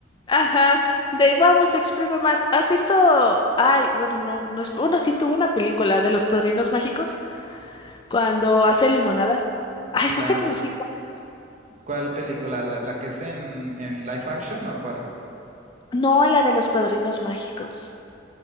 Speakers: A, on the left (about 25°); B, on the right (about 40°).
A: Ajá, de vamos, exprime más. ¿Has visto? Ay, bueno, no, no es. Bueno, sí tuvo una película de los Padrinos Mágicos cuando hace limonada. Ay,
B: La,
A: fue hace como cinco años.
B: ¿cuál película? ¿La la que es en, en live action o cuál?
A: No, la de los padrinos mágicos.